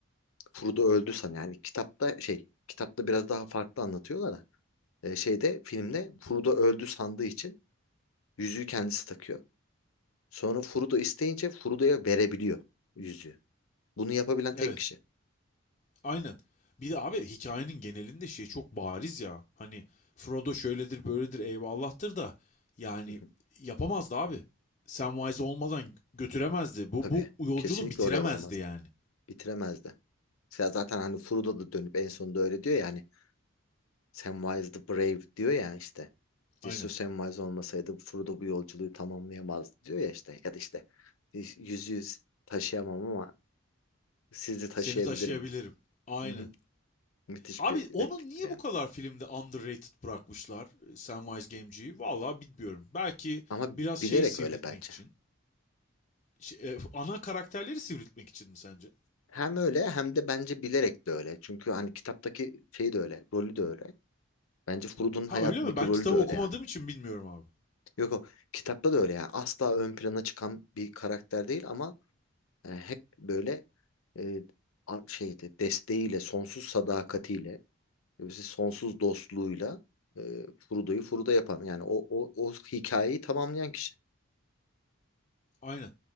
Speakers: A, on the left; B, on the left.
A: Frodo öldü san yani kitapta şey, kitapta biraz daha farklı anlatıyorlar da, e, şeyde filmde Frodo öldü sandığı için yüzüğü kendisi takıyor. Sonra Furuda isteyince Furuda'ya verebiliyor yüzüğü. Bunu yapabilen tek
B: evet.
A: kişi.
B: Aynen. Bir de abi hikayenin genelinde şey çok bariz ya. Hani Frodo şöyledir böyledir eyvallahtır da yani
A: Hı hı.
B: yapamazdı abi. Samwise olmadan götüremezdi. Bu
A: Tabii
B: bu yolculuğu
A: kesinlikle
B: bitiremezdi
A: oraya varmazdı.
B: yani.
A: Bitiremezdi. Ya zaten hani Furuda da dönüp en sonunda öyle diyor ya hani Samwise the Brave diyor ya işte. Cesur
B: Aynen.
A: Samwise olmasaydı Furuda bu yolculuğu tamamlayamazdı diyor ya işte. Ya da işte yüzüğü taşıyamam ama sizi taşıyabilirim.
B: Seni taşıyabilirim. Aynen.
A: Hı hı. Müthiş
B: Abi
A: bir
B: onun
A: repliktir
B: niye
A: yani.
B: bu kadar filmde underrated bırakmışlar e, Samwise Gamgee'yi? Vallahi bilmiyorum. Belki
A: Ama
B: biraz
A: bilerek
B: şey sivriltmek
A: öyle bence.
B: için.
A: E,
B: Şey, e, ana karakterleri sivriltmek için mi sence?
A: Hem öyle hem de bence bilerek de öyle. Çünkü hani kitaptaki şey de öyle, rolü de öyle. Bence Frodo'nun hayatındaki
B: Ha öyle mi? Ben
A: rolü
B: kitabı
A: de öyle
B: okumadığım
A: yani.
B: için bilmiyorum abi.
A: Yok o kitapta da öyle yani. Asla ön plana çıkan bir karakter değil ama e, hep böyle e, a- şeyde desteğiyle, sonsuz sadakatiyle, e, sonsuz dostluğuyla e, Frodo'yu Frodo yapan yani o o o hikayeyi tamamlayan kişi.
B: Aynen.